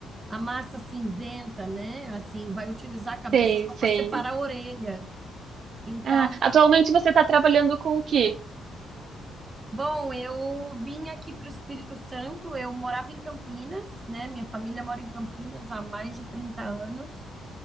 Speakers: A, on the right; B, on the right.
A: a massa cinzenta, né? Assim, vai utilizar a cabeça
B: Sim,
A: só
B: sim.
A: para separar a orelha. Então,
B: Ah, atualmente você está trabalhando com o quê?
A: bom, eu vim aqui para o Espírito Santo, eu morava em Campinas, né? Minha família mora em Campinas há mais de 30 anos.